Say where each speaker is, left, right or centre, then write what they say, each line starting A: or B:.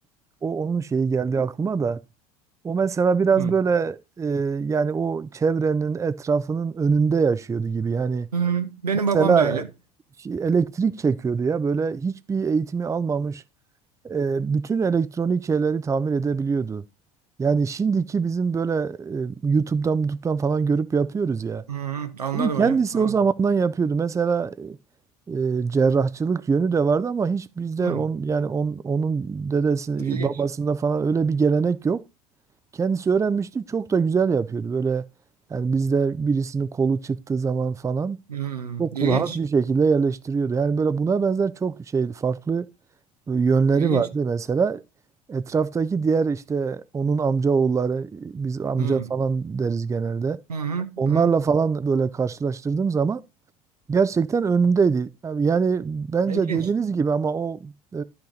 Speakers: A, on the right; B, on the right.
A: O onun şeyi geldi aklıma da. O mesela biraz
B: Hı.
A: böyle e, yani o çevrenin etrafının önünde yaşıyordu gibi. Yani
B: Hı. Benim
A: mesela
B: babam da öyle.
A: şey, elektrik çekiyordu ya böyle hiçbir eğitimi almamış e, bütün elektronik şeyleri tamir edebiliyordu. Yani şimdiki bizim böyle e, YouTube'dan, YouTube'dan falan görüp yapıyoruz ya.
B: Hı, anladım
A: Bunu kendisi
B: hocam. Anladım.
A: o zamandan yapıyordu. Mesela e, e, cerrahçılık yönü de vardı ama hiç bizde
B: Hı.
A: on, yani on- onun dedesi
B: İlginç.
A: babasında falan öyle bir gelenek yok. Kendisi öğrenmişti. Çok da güzel yapıyordu. Böyle yani bizde birisinin kolu çıktığı zaman falan
B: Hı.
A: çok
B: İlginç.
A: rahat bir şekilde yerleştiriyordu. Yani böyle buna benzer çok şey farklı e, yönleri
B: İlginç.
A: vardı. Mesela etraftaki diğer işte onun amca oğulları biz amca
B: Hı.
A: falan deriz genelde.
B: Hı hı.
A: Onlarla
B: Hı.
A: falan böyle karşılaştırdığım zaman Gerçekten önündeydi. Yani yani bence
B: İlginç.
A: dediğiniz gibi ama o e,